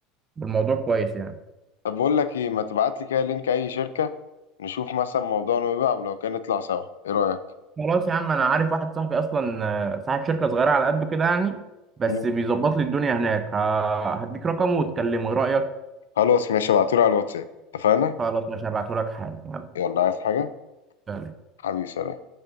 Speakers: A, on the right; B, on the left.
A: والموضوع كويس يعني
B: طب بقول لك ايه ما تبعت لي كده لينك اي شركة نشوف مثلا موضوعنا ويبقى ولو كان نطلع سوا ايه رأيك
A: خلاص يا عم انا عارف واحد صاحبي اصلا آه، صاحب شركه صغيره على قده كده يعني بس
B: مم.
A: بيظبط لي الدنيا هناك ه- هديك رقمه وتكلمه ايه رايك
B: خلاص ماشي ابعتولي على الواتساب اتفقنا
A: خلاص مش هبعته لك حالا يلا
B: يلا عايز حاجة
A: سلام.
B: حبيبي سلام